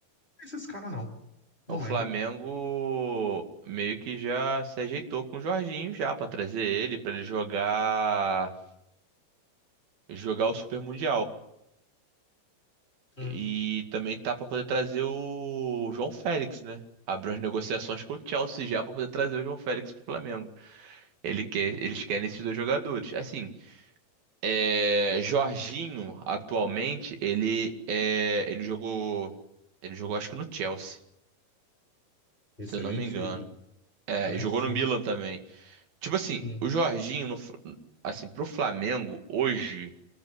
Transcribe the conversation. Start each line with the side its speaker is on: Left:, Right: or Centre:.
Left: Esses caras não. Não
Right: O Flamengo
Left: lembro.
Right: meio que já se ajeitou com o Jorginho já pra trazer ele, pra ele jogar jogar o Super Mundial.
Left: Hum.
Right: E também tá pra poder trazer o João Félix, né? Abriu as negociações com o Chelsea já pra poder trazer o João Félix pro Flamengo. Ele quer, eles querem esses dois jogadores. Assim, é, Jorginho atualmente ele é, ele jogou ele jogou acho que no Chelsea,
Left: Excelente,
Right: se eu não me engano. É,
Left: excelente
Right: e jogou no
Left: time.
Right: Milan também. Tipo assim,
Left: Hum.
Right: o Jorginho, no Fla- assim, pro Flamengo, hoje,